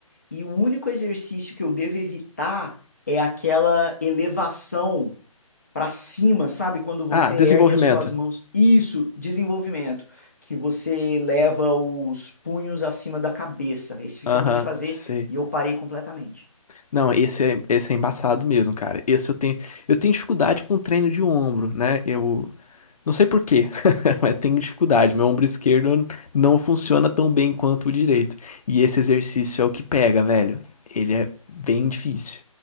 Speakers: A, on the left; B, on the left.
A: E o único exercício que eu devo evitar é aquela elevação para cima, sabe? Quando você
B: Ah, desenvolvimento.
A: ergue as suas mãos. Isso, desenvolvimento, que você leva os punhos acima da cabeça. Esse fica
B: Aham,
A: ruim de fazer
B: sei.
A: e eu parei completamente.
B: Não, esse é, esse é embaçado mesmo, cara. Esse eu tenho, eu tenho dificuldade com treino de ombro, né? Eu, Não sei por quê, <laughs> mas tenho dificuldade. Meu ombro esquerdo não funciona tão bem quanto o direito. E esse exercício é o que pega, velho. Ele é bem difícil.